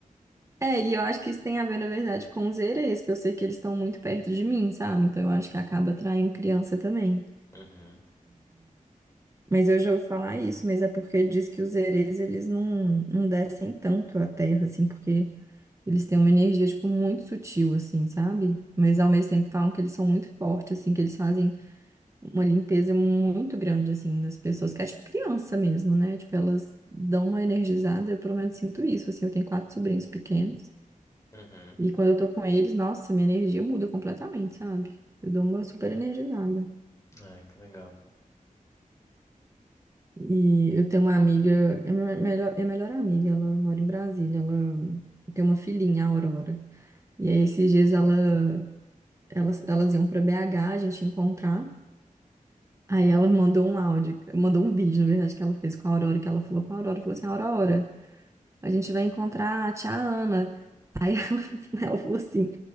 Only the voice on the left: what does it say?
Uhum.
Uhum.
Ai, que legal.